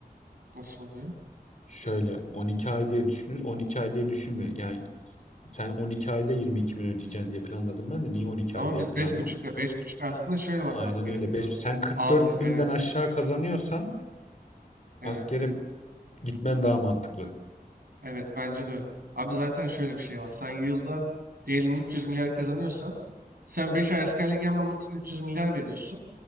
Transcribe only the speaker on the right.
Nasıl oluyor?
Ama
biz
beş buçuk ya, beş buçuk aslında şöyle
bakmak gerekiyor.
Al e,
evet.
Evet.
Evet bence de öyle. Abi zaten şöyle bir şey var. Sen yılda diyelim 300 milyar kazanıyorsan sen 5 ay askerlik yapmamak için 300 milyar veriyorsun.